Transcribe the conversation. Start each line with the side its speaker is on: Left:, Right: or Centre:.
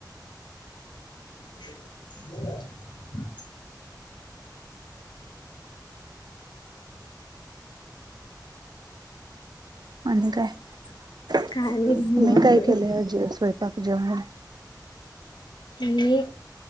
Left: ह
Right: आणि काय तुम्ही
Left: काय नाही निवांत
Right: काय केले आज स्वयंपाक. जेवन.
Left: ह